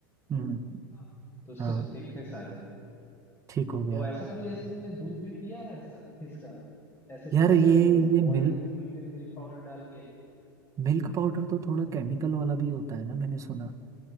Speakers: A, on the right (about 25°); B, on the left (about 20°).
A: हम्म
B: हाँ तो उससे
A: हाँ
B: थिकनेस आ जाएगी
A: ठीक हो गया
B: तो ऐसा कभी जैसे तुमने दूध भी पिया है ऐसा इसका ऐसे
A: यार
B: जस्ट
A: ये ये
B: बॉइल्ड
A: मिल
B: दूध में फिर मिल्क पाउडर डाल के
A: मिल्क पाउडर तो थोड़ा केमिकल वाला भी होता है ना मैंने सुना